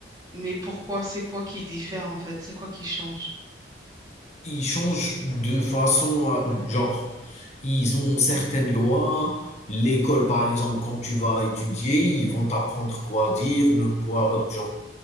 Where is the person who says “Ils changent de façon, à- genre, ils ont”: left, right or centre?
Left